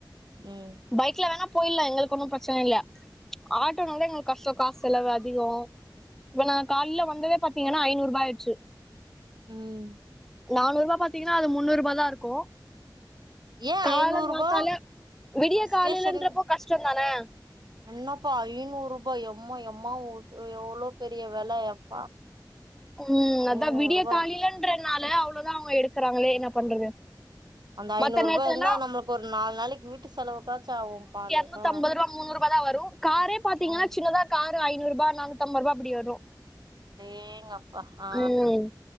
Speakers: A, on the right; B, in the centre.
A: ம்
B: பைக்ல வேணா போயிட்லா எங்களுக்கு ஒன்னும் பிரச்சன இல்ல ஆட்டோன்னாலே எங்களுக் காசோ காசு செலவு அதிகோ இப்ப நா காலேல வந்ததே பாத்தீங்கன்னா ஐநூறு ரூபா ஆயிடுச்சு
A: ம்
B: நானூறு ரூபா பாத்தீங்கன்னா அது முன்னூறு ரூபா தா இருக்கு
A: ஏ
B: காலங்காத்தால
A: ஐநூறுபா
B: விடிய காலையிலன்றப்போ
A: ஸ்டேஷன்
B: கஷ்டொந்தானே
A: என்னப்பா ஐநூறு ரூபா எம்மா எம்மா <unintelligible> எவ்வளோ பெரிய வெல எப்பா
B: ம்
A: ஐநூறுபா
B: அதா விடியக்காலேலன்றதுனால அவ்ளவுதா அவங்க எடுக்கறாங்களே என்ன பண்றது
A: அந்த ஐநூறு
B: மத்த நேரத்துல
A: ரூபா இருந்தா
B: எல்லாம்
A: நம்மளுக்கு ஒரு நாலு நாளைக்கு வீட்டு செலவுக்காச்சு ஆகும் பாலு
B: முன்னூத்தம்பது
A: ஆ
B: ரூபா முன்னூறு ரூபா தா வரு காரே பாத்தீங்கன்னா
A: ம்
B: சின்னதா காரு ஐநூறு ரூபா நானூத்தம்பது ரூபா அப்பிடி வரு
A: <unintelligible> ஆ
B: ம்